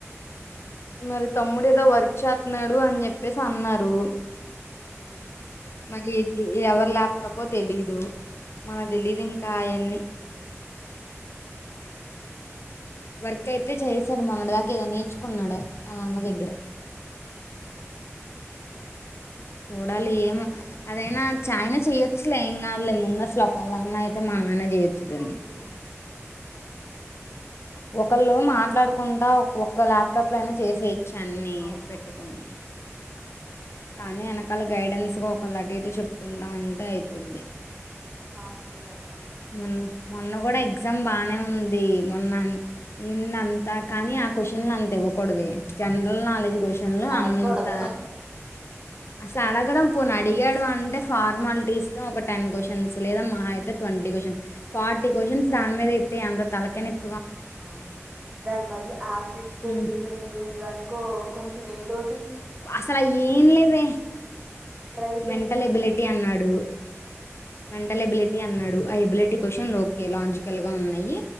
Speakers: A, on the right; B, on the left.
A: ఉమ్
B: మరి తమ్ముడే వర్క్ చేత్నాడు అని చెప్పేసి అన్నారు
A: ఓకే
B: మరి ఎవరి లాభ తప్పో తెలీదు మన తెలీదు ఇంకా అయన్నీ వర్క్ అయితే చేసాడు మొన్నటి దాకా ఏదో నేర్చుకున్నాడు ఆల అన్న దగ్గెర చూడాలి ఏమో అదైనా చాయన చెయొచ్చులే, ఏం కాదులే ముందు అస్లు ఒకలన్నా అయితే మనం అయినా, యేచ్చు దాన్ని
A: ఓహో
B: ఒకళ్ళు మాట్లాడుకుంటా ఒకక్క ల్యాప్టాప్ లయినా చేసేయ్ చెన్నై
A: అవును
B: పెట్టుకుని కానీ వెనకాల గైడెన్స్ గా ఒక లటి చెప్పుకుంటా
A: చెప్పుకుంటూ
B: ఉంటే అయిపోద్ది
A: ఫాస్ట్గా టకటక
B: మొన్న మొన్న కూడా ఎగ్జామ్ బానే, ఉంది మొన్న ఇంద అంతా కానీ ఆ క్వశ్చన్లు అంత ఇవ్వకూడదు జనరల్ నాలెడ్జ్, క్వశ్చన్లు
A: అట్ల అడక్కూడదు
B: అంత అసలు అడగడం పోను అడిగాడు, అంటే ఫార్మాలిటీస్ గా ఒక టెన్ క్వశ్చన్స్ లేదా మహ, twenty question for three questions దాని మీద ఇస్తే ఎంత తలకాయ నొప్పి
A: అవును దాని బదులు ఆప్టిట్యూడ్
B: ఉమ్,
A: రీజనింగ్ ఇవని కో కొంచెం ఏదో
B: అసలు ఏం లేవే
A: ట్రై చేస్తాము
B: మెంటల్ ఎబిలిటీ అన్నాడు మెంటల్ ఎబిలిటీ అన్నాడు I ability question okay logical గా ఉన్నాయి